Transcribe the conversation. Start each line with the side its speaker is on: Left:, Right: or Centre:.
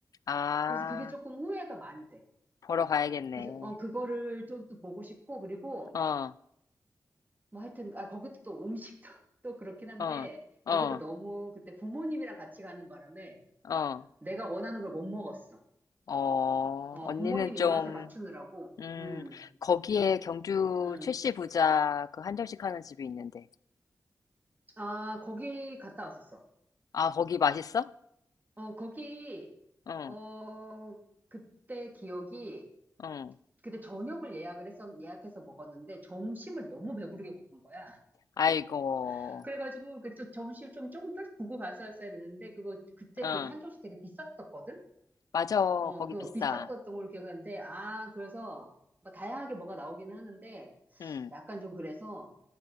Left: 아,
Right: 그래서 그게 조금 후회가 많이 돼.
Left: 보러 가야겠네.
Right: 그래서 어, 그거를 좀 또 보고 싶고 그리고
Left: 어.
Right: 뭐 하여튼 아 거기도 또 음식도 <laughs> 또 그렇긴 한데
Left: 어,
Right: 거기도
Left: 어,
Right: 너무 그때 부모님이랑 같이 가는 바람에
Left: 어,
Right: 내가 원하는 걸 못 먹었어.
Left: 어,
Right: 어,
Left: 언니는
Right: 부모님 입맛에
Left: 좀,
Right: 맞추느라고.
Left: 음,
Right: 음.
Left: 거기에 경주
Right: 음.
Left: 최씨 부자 그 한정식 하는 집이 있는데.
Right: 아, 거기 갔다 왔었어.
Left: 아, 거기 맛있어?
Right: 어, 거기
Left: 응,
Right: 어, 그때 기억이,
Left: 응.
Right: 그때 저녁을 예약을 했었, 예약해서 먹었는데, 점심을 너무 배부르게 먹은 거야.
Left: 아이고,
Right: <laughs> 그래가지고, 그, 좀 점심 좀 조금 더 구고 갔었어야 되는데, 그거, 그때
Left: 응.
Right: 그 한 조씩 되게 비쌌었거든?
Left: 맞아,
Right: 어,
Left: 거기
Right: 그
Left: 비싸.
Right: 비쌌었던 걸 기억하는데, 아, 그래서, 막 다양하게 뭐가 나오기는 하는데,
Left: 응,
Right: 약간 좀 그래서,